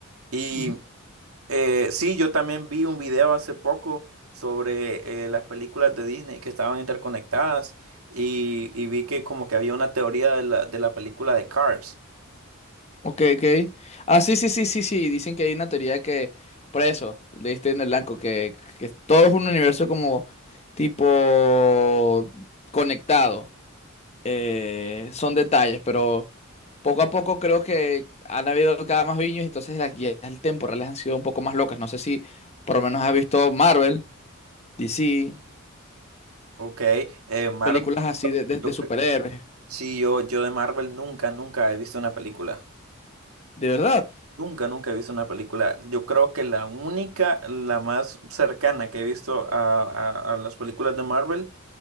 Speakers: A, on the right; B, on the left.
A: Y
B: ujú.
A: Eh, sí, yo también vi un video hace poco sobre eh, las películas de Disney que estaban interconectadas y, y vi que como que había una teoría de la, de la película de Cars,
B: Ok, ok. Ah, sí, sí, sí, sí, sí. Dicen que hay una teoría de que, por eso, leíste en el blanco, que, que todo es un universo como tipo conectado. Eh, son detalles, pero poco a poco creo que han habido cada más viños, entonces las guías temporales han sido un poco más locas. No sé si por lo menos has visto Marvel, DC.
A: ¿ok? Eh, Marvel,
B: películas así de, de- de
A: yo
B: superhéroes,
A: cre- sí, yo, yo de Marvel nunca, nunca he visto una película.
B: de verdad,
A: Nunca, nunca he visto una película. Yo creo que la única, la más cercana que he visto a, a- a las películas de Marvel